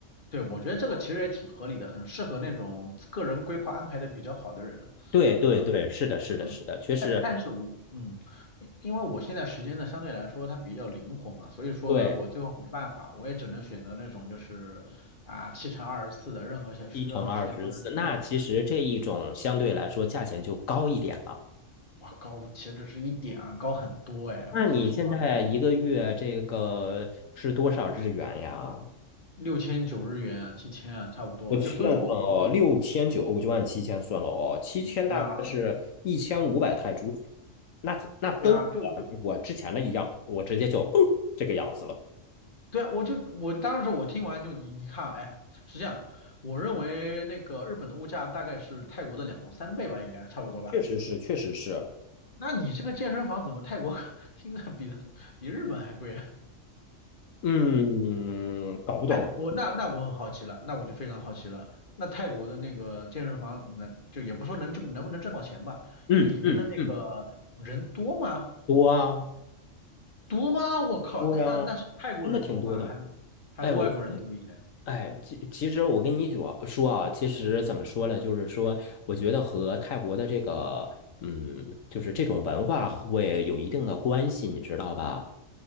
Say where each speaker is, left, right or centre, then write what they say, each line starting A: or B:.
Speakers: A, on the left; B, on the left.
A: 对，我觉得这个其实也挺合理的，很适合那种个人规划安排的比较好的人，
B: 对对对，
A: 嗯
B: 是的，是的，
A: 嗯，
B: 是的，确实
A: 但但是我嗯，因因为我现在时间呢相对来说它比较灵活嘛，所以说我最后没办法，
B: 对，
A: 我也只能选择那种就是啊七乘二十四的，任何小时任何时间都能去的，
B: 一乘二十四，那其实这一种相对来说价钱就高一点了。
A: 哇，高岂止是一点啊，高很多哎，
B: 那你现在一个月这个是多少日元呀？
A: 我说实话，六千九日元，七千啊，差不多，
B: 我算算哦，
A: 就所以说我我。
B: 六千九，我就按七千算了哦，七千大概是一千五百泰铢，
A: 对啊。
B: 那那跟我
A: 对啊，就就
B: 我之前的一样，我直接就 <clears throat> 哦这个样子了，
A: 对啊，我就我当时我听完就你你看啊，哎，是这样，我认为那个日本的物价大概是泰国的两到三倍吧，应该差不多吧。
B: 确实是，确实是，
A: 那你这个健身房怎么泰国 <laughs> 听着比比日本还贵啊？
B: 嗯，搞不懂，
A: 哎，我那那我很好奇了，那我就非常好奇了，那泰国的那个健身房能就也不说能挣能不能挣到钱吧，
B: 嗯嗯嗯，
A: 就里面的那个人多吗？
B: 多啊
A: 多吗？我靠，
B: 多呀，
A: 那那那是泰国人多吗？
B: 真的挺多的，
A: 还是还是外国人多一些
B: 哎，我觉得。哎，其其实我跟你主要说啊，其实怎么说呢，就是说，我觉得和泰国的这个，嗯，就是这种文化会有一定的关系，你知道吧？